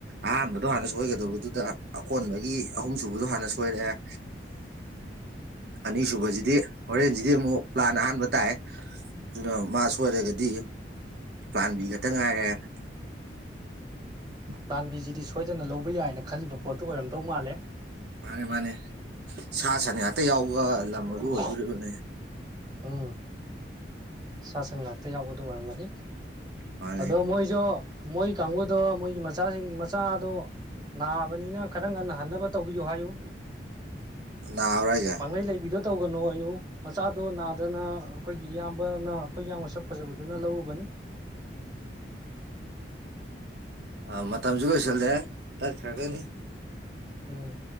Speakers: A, on the right; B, on the right.
A: ꯑꯍꯥꯟꯕꯗꯣ ꯍꯥꯟꯅ ꯁꯣꯏꯒꯗꯧꯕꯗꯨꯗ ꯑꯀꯣꯟꯕꯒꯤ ꯑꯍꯨꯝ ꯁꯨꯕꯗꯣ ꯍꯥꯟꯅ ꯁꯣꯏꯔꯛꯑꯦ
B: <unintelligible>
A: ꯑꯅꯤꯁꯨꯨꯕꯁꯤꯗꯤ ꯍꯣꯔꯦꯟꯁꯤꯗꯤ ꯑꯃꯨꯛ ꯂꯥꯟꯅ ꯑꯍꯥꯟꯕ ꯇꯥꯏ ꯑꯗꯨꯅ ꯃꯥ ꯁꯣꯏꯔꯒꯗꯤ ꯄꯥꯟꯕꯤ ꯈꯛꯇ ꯉꯥꯏꯔꯦ ꯎꯝ ꯎ
B: ꯂꯥꯟꯕꯤꯁꯤꯗꯤ ꯁꯣꯏꯗꯅ ꯂꯧꯕ ꯌꯥꯏꯅ ꯈꯜꯂꯤꯕ ꯄꯣꯠꯇꯨ ꯑꯣꯏꯔꯝꯗꯧ ꯃꯥꯜꯂꯦ
A: ꯃꯥꯅꯦ ꯃꯥꯅꯦ ꯁꯥ ꯁꯅꯦ ꯑꯇꯩ ꯌꯥꯎꯕ ꯎ ꯋꯥ ꯂꯝ ꯑꯗꯨ
B: ꯑꯣ
A: ꯑꯣꯏꯗꯣꯔꯤꯕꯅꯤ
B: ꯎꯝ ꯁꯥ ꯁꯟ ꯉꯥꯛꯇ ꯌꯥꯎꯕꯗ ꯑꯣꯏꯔꯝꯒꯅꯤ
A: ꯃꯥꯅꯦ
B: ꯑꯗꯣ ꯃꯣꯏꯁꯨ ꯃꯣꯏ ꯀꯥꯡꯕꯨꯗꯣ ꯃꯣꯏꯒꯤ ꯃꯆꯥꯁꯤꯡ ꯃꯆꯥꯗꯣ ꯅꯥꯕꯅꯤꯅ ꯈꯔ ꯉꯟꯅ ꯍꯟꯅꯕ ꯇꯧꯕꯤꯌꯨ ꯍꯥꯏꯌꯨ
A: ꯍꯧꯔ ꯍꯥꯏꯖꯦ
B: ꯄꯥꯡꯂꯩ ꯂꯩꯕꯤꯗꯣ ꯇꯧꯒꯅꯨ ꯑꯌꯨ ꯃꯆꯥꯗꯣ ꯅꯥꯗꯅ ꯑꯩꯈꯣꯏꯒꯤ ꯏꯌꯥꯝꯕꯅ ꯑꯩꯈꯣꯏ ꯏꯌꯥꯝꯕꯁꯛ ꯐꯖꯕꯗꯨꯅ ꯂꯧꯔꯨꯕꯅꯤ <unintelligible>
A: ꯑ ꯃ ꯃꯇꯝꯁꯨ ꯀ ꯆꯜꯗꯦ ꯇꯔ ꯈꯒꯦꯅꯤ
B: ꯎꯝ